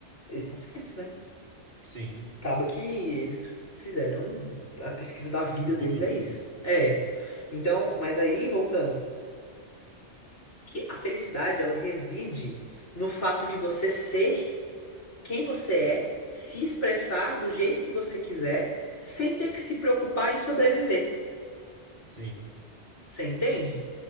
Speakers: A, on the left (about 85°); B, on the right (about 50°).
A: eles estão certos, né?
B: sim.
A: acaba que eles fizeram a pesquisa da vida
B: Estudo,
A: deles é
B: né?
A: isso. É. Então, mas aí voltando, que a felicidade ela reside no fato de você ser quem você é, se expressar do jeito que você quiser, sem ter que se preocupar em sobreviver.
B: Sim,
A: Você entende?